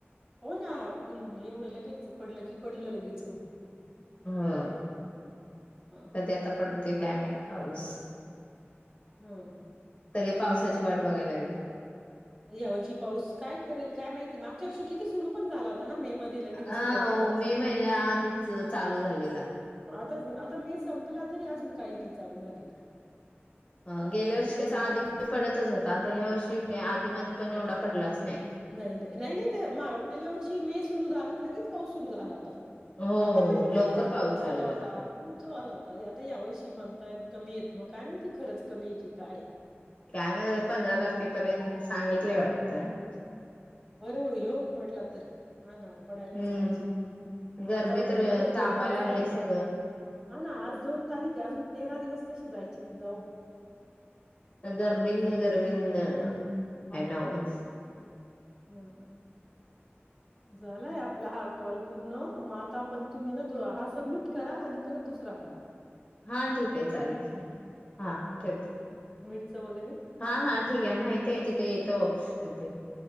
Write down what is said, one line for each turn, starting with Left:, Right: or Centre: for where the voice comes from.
Right: हो ना ऊन एवढं लगेच पडलं की पडलं लगेच ऊन.
Left: हा
Right: हां,
Left: कधी आता पड ते काय माहीत पाऊस.
Right: हं.
Left: सगळें पावसाचे- वाट बघायं लागलेत.
Right: या वर्षी पाऊस काय करेल काय माहिती मागच्या वर्षी किती सुरू पण झाला होता ना मेमध्ये लगेच
Left: हा
Right: सुरुवातीलाच.
Left: ओ मे महिन्या आधीच चालू झालेला.
Right: <inaudible> मे संपला तरी अजून काही नाही चालू झालेला.
Left: ह गेल्या वर्षी
Right: कधी
Left: कस आधी पडतच होता, आता ह्या वर्षी.. <unintelligible> आधी मधी पण एवढा पडलाच. नाही.
Right: नाही नाही नाही नाही तेे गेल्या वर्षी मे- सुरु झाल्या लगेच पाऊस सुरु झाला होता..
Left: हो
Right: आतापर्यंत
Left: लवकर
Right: केवढा पाऊस झाला
Left: चालू
Right: होता. खूप चो आला होता आता या वर्षी म्हणतायेत कमी येत. मग काय माहिती खरच कमी आहे की काय?
Left: काय माहित आता पंधरा तारखेपर्यंत सांगितलंय वाट <inaudible>
Right: बरं होईल हो पडला तर हा ना. पडायलाच
Left: हम्म
Right: पाहिजे
Left: गरमी
Right: वातावरण
Left: तर
Right: खूपच डेंजर
Left: तापाय लागले
Right: झालंय.
Left: सगळं
Right: हा ना आज दोन तारीख आहे अजून तेरा दिवस कसे जायचेत जाओ
Left: गर्मीनं
Right: तेच ना.
Left: गर्मीन काय नव्हंच
Right: हम्म. झालाय आपला हा कॉल पूर्ण मग आता पण तुम्ही ना हा सबमिट करा आणि परत दुसरा करा.
Left: हा ठीक आहे चालेल, चालेल हा ठेवते.
Right: च वगैरे
Left: हा, हा ठीक आहे माहिती आहे तिथे येतो ऑप्शन ते